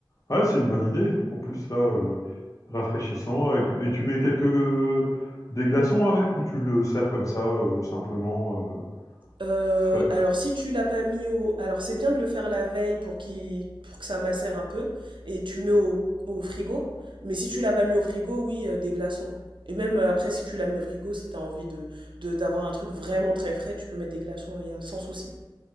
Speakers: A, on the left; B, on the right.
A: Ouais, c'est une bonne idée. En plus, là, euh, rafraîchissant. avec- Et tu mets quelques... euh, des glaçons avec ou tu le sers comme ça, euh, simplement euh,
B: Euh,
A: frais?
B: alors si tu l'as pas mis au... Alors c'est bien de le faire la veille pour, qu'il, pour que ça macère un peu. Et tu le mets au, au frigo. Mais si tu l'as pas mis au frigo, oui, euh, des glaçons. Et même euh, après, si tu l'as mis au frigo, si t'as envie de, de- d'avoir un truc vraiment très frais, tu peux mettre des glaçons, il y a sans souci.